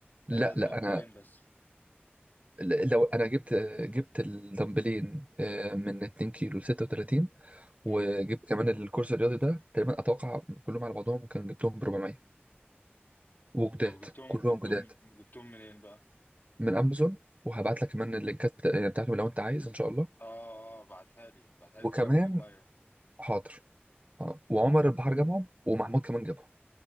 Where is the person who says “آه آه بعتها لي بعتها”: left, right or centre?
Left